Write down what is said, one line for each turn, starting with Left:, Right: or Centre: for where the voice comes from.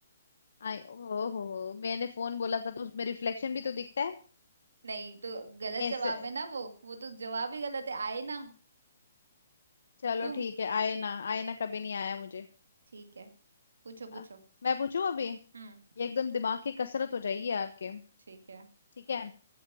Left: आई ओ हो हो मैंने फोन बोला था तो उसमें रिफ्लेक्शन भी तो दिखता है
Right: नहीं तो गलत
Left: मैं
Right: जवाब
Left: इस-
Right: है ना वो वो तो जवाब ही गलत है आईना
Left: चलो
Right: तुम
Left: ठीक है आए ना आए ना कभी नहीं आया मुझे
Right: ठीक है पूछो
Left: अ,
Right: पूछो
Left: मैं पूछूं अभी ये
Right: हम्म
Left: एकदम दिमाग की कसरत हो जाएगी आपके
Right: ठीक है
Left: ठीक है